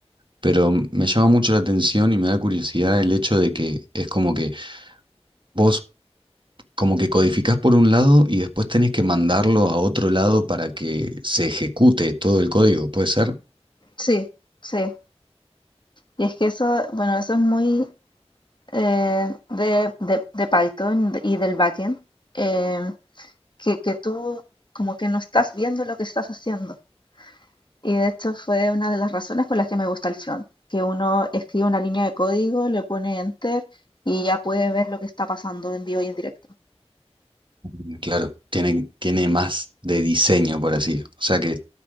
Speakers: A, on the right (about 50°); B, on the left (about 45°).
A: Pero me llama mucho la atención y me da curiosidad el hecho de que es como que... Vos como que codificás por un lado y después tenés que mandarlo a otro lado para que se ejecute todo el código, ¿puede ser?
B: Sí, sí. Y es que eso, bueno, eso es muy eh, de, de- de Python y del backend, eh, que, que tú como que no estás viendo lo que estás haciendo. Y de hecho fue una de las razones por las que me gusta el front, que uno escribe una línea de código, le pone enter y ya puede ver lo que está pasando en vivo y en directo.
A: Mm, Claro, tiene, tiene más de diseño, por así. O sea que